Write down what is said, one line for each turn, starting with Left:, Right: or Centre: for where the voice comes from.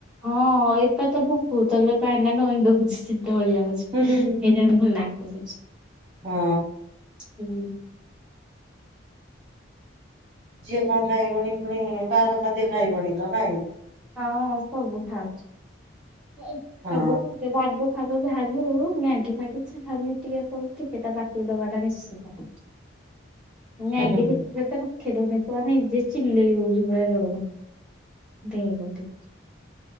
Centre: ହଁ ଏଟା ତ ବୋତଲରେ ପାଣିରା ନଇଁ ଦୋଉଚି ସେ ଢ଼ଳି ଯାଉଛି
Right: ହୁଁ ହୁଁ
Centre: ସେଇଥିପାଇଁ
Right: ହୁଁ
Centre: ମୋ ରାଗ ଚିଡୁଚି
Right: ହଁ।
Centre: ହୁଁ।
Right: ଯିଏ କଣ ଖାଇବନି ପୁଣି ବାହାର ଖାଦ୍ୟ ଖାଇବନି ତ ନାଇଁ
Centre: ହଁ ହଁ ସବୁ ଖାଉଚି
Right: ହଁ
Centre: ସବୁତ ଖାଉଚି ରାଗ ଫାଗ ଯାହାବି ହୋଉ ମାଗି ଫାଗି କିଛି ଭାବୁ ଟିକେ କ ଟିକେ ତା ପାଟି ଦବାଟା ନିଶ୍ଚିତ। ମାଏଗି
Right: ହୁଁ ହୁଁ ହୁଁ।
Centre: ଖ ତ ରଖେ ଦୋଉନି ପୁଅ ଯେ ଚିଲେଇ ଦୋଉଚି ପୁରା ଯୋରେ ଦେ ବୋଲି।